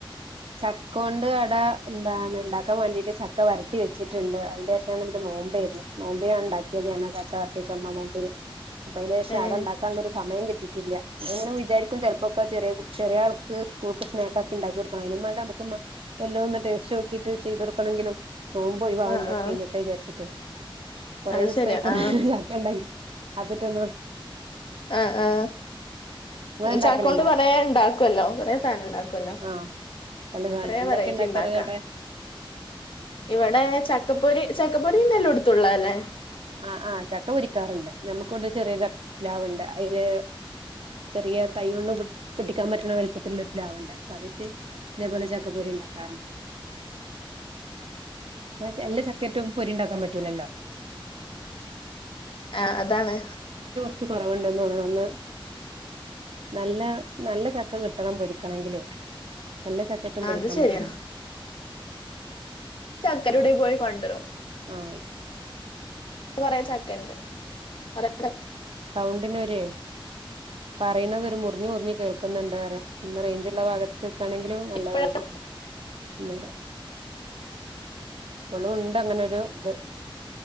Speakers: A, on the right (about 80°); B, on the left (about 65°).
A: ചക്ക കൊണ്ട് അട എന്താണ് ഉണ്ടാക്കാൻ വേണ്ടീട്ട് ചക്ക വരട്ടി വെച്ചിട്ടുണ്ട് അതിന്റെ ശേഷമാണ് ഇബിടെ നോമ്പേർന്ന് നോമ്പിനാണ് ഉണ്ടാക്കിയത് ഞാൻ ചക്ക വരട്ടി ചോന്ന നോമ്പിന്- അപ്പം അതിനുശേഷം
B: ഏഹ്
A: അട ഉണ്ടാക്കാനുള്ള ഒരു സമയം കിട്ടി- റ്റില്ല ഞാൻ ഇങ്ങനെ വിചാരിക്കും ചെലപ്പോക്കെ ചെറിയ ചെറിയ ആൾക്ക് സ്കൂൾ സ്നേക്കൊക്കെ ഉണ്ടാക്കികൊടുക്കാൻ- അയിനും ബേണ്ടേ അമ്മക്ക് മ്മ എല്ലാം ഒന്ന് ടേസ്റ്റ് നോക്കിട്ട് ചെയ്ത്‌കൊടുക്കണെങ്കിലും- നോമ്പ് ഒഴിവാവണ്ടേ
B: ആഹ് ആഹ്
A: കെയ്യട്ടെ വിചാരിച്ചിട്ട് കൊറെേ
B: അത്
A: ദിവസമായിക്ക്ണ്
B: ശെരിയാ ആഹ്
A: ചക്ക ഉണ്ടാക്കി അതിട്ടൊന്നു
B: ആഹ് ആഹ് ഉം
A: ഉണ്ടാക്കലുണ്ടോ
B: ചക്കോണ്ട് പലേ ഇണ്ടാക്കൊല്ലോ കൊറേ സാനം ഇണ്ടാക്കൊല്ലോ
A: ആഹ് വല്ല
B: കൊറേ
A: എന്തൊക്കെ
B: വെറൈറ്റി
A: ഉണ്ടാക്കാറ്
B: ഇണ്ടാക്ക
A: അവിടെ
B: ഇവിടെ ചക്കപ്പൊരി ചക്കപ്പൊരി പിന്നെല്ലോട് ത്തുള്ളാല്ലേ
A: ആ ആ ചക്ക പൊരിക്കാറ്ണ്ട് ഞമ്മക്ക് ഇവിടെ ഒരു ചെറിയ ച പ്ലാവ്ണ്ട് അയില് ചെറിയ കൈ കൊണ്ട് പൊ പൊട്ടിക്കാൻ പറ്റ്ണ വലുപ്പത്തിലുള്ള ഒരു പ്ലാവുണ്ട് അപ്പൊ അതേറ്റ് ഇതേപോലെ ചക്കപ്പൊരി ഇണ്ടാക്കാറുണ്ട് അ എല്ലാ ചക്കേറ്റും പൊരി ഇണ്ടാക്കാൻ പറ്റൂലല്ലോ
B: ആ അതാണ്
A: ച്ച് കൊറവുണ്ടെ <unintelligible> നല്ല നല്ല ചക്ക കിട്ടണം പൊരിക്കണങ്കിലെയ് എല്ലാ ചക്കേറ്റും
B: ആഹ്
A: പൊരിക്കാൻ
B: അത് ശെരിയാ
A: പറ്റൂലല്ലോ
B: ചക്കരവിടോ പോയി കൊണ്ടരും
A: ആഹ്
B: കൊറെ ചക്കണ്ട് <unintelligible>
A: സൗണ്ടിനൊരെയ് പറയ്ണത് ഒരു മുറിഞ്ഞ് മുറിഞ്ഞ് കേൾക്കുന്നുണ്ട് പറയ ഒന്ന് റേഞ്ചുള്ള ഭാഗത്ത്ക്ക് നിക്കാണെങ്കിൽ നല്ലതായിരുന്നു
B: ഇപ്പഴാണല്ലോ
A: ഒന്നൂടെ ഇപ്പളുണ്ട് അങ്ങനൊരു ത്